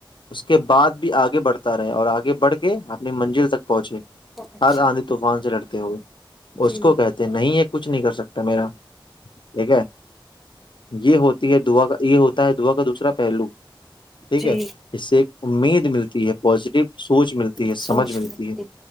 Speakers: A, on the left; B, in the centre.
A: اس کے بعد بھی آگے بڑھتا رہے اور آگے بڑھ کے اپنی منزل تک پہنچے
B: پہنچ
A: ا آ طوفان سے لڑ کیا ہو اس
B: جی
A: کو کہتے نہیں یہ کچھ نہیں کر سکتا میرا ٹھیک ہے یہ ہوتی ہے دعا کا یہ ہوتا ہے دعا کا دوسرا پہلو ٹھیک
B: جی
A: ہے اس سے ایک امید ملتی ہے پازیٹیو سوچ ملتی ہے
B: سوچ
A: سمجھ ملتی
B: رہے
A: ہے